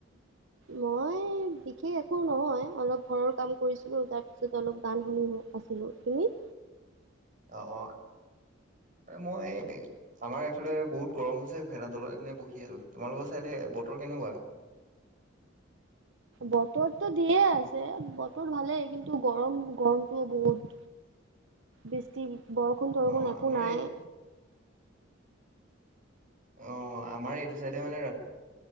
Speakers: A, on the right; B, on the right.
A: মই বিশেষ একো নহয় অলপ ঘৰৰ কাম কৰিছিলো তাৰ পিছত অলপ গান শুনি আছিলো তুমি
B: অ অ' মই এই আমাৰ এইফালে বহুত গৰম হৈছে ফেনৰ তলত এনে বহি আছো তোমালোকৰ চাইদে বতৰ কেনেকুৱা
A: বতৰটো দিয়ে আছে বতৰ ভালেই কিন্তু গৰম-গৰমটোও বহুত।
B: <inaudible>
A: বৃষ্টি, বৰষুণ চৰষুণ
B: অ
A: একো
B: আমাৰ
A: নাই
B: এই অ আমাৰ এইটো চাইডে মানে ৰা